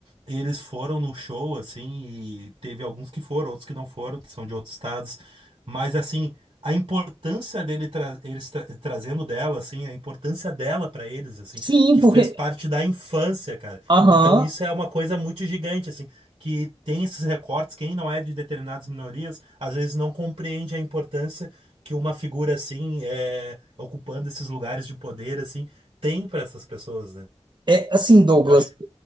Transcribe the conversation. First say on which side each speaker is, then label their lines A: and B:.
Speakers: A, on the right; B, on the right.
A: eles foram no show assim, e teve alguns que foram, outros que não foram, que são de outros estados, mas assim, a importância dele tra eles tra- trazendo dela assim, a importância dela pra eles assim,
B: sim,
A: que
B: porque.
A: fez parte da infância, cara.
B: Aham.
A: Então isso é uma coisa muito gigante assim que tem esses recortes, quem não é de determinadas minorias, às vezes não compreende a importância que uma figura assim, é, ocupando esses lugares de poder assim, tem para essas pessoas, né?
B: É assim, Douglas.
A: Eu acho...